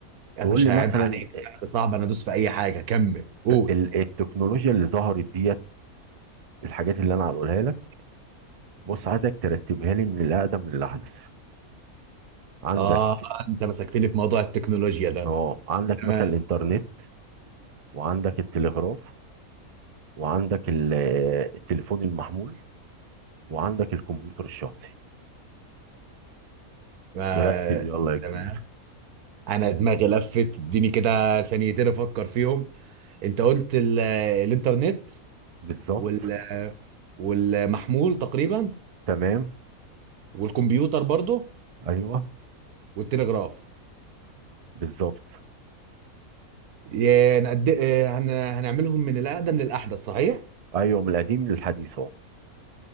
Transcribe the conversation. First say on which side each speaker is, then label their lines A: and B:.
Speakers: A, on the right (about 80°); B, on the right (about 70°).
A: يا
B: تقول
A: باشا
B: لي مثلا
A: عيب عليك سهل صعب انا ادوس في اي حاجة كمل قول
B: ال- التكنولوجيا اللي ظهرت ديت الحاجات اللي انا هقولها لك بص عايزك ترتبها لي من الاقدم للاحدث عندك
A: اه انت مسكتني في موضوع التكنولوجيا ده
B: اه عندك
A: تمام
B: مثلا الانترنت وعندك التلغراف وعندك ال- التليفون المحمول وعندك الكمبيوتر الشخصي
A: ما
B: نرتب يلا يا كبير
A: تمام انا دماغي لفت اديني كده ثانيتين افكر فيهم انت قلت ال... الانترنت
B: بالظبط
A: وال... والمحمول تقريبا
B: تمام
A: والكمبيوتر برضه
B: ايوه
A: والتلغراف
B: بالظبط
A: يا نقد... آه، هن... هنعملهم من الاقدم للاحدث صحيح
B: ايوه من القديم للحديث اهو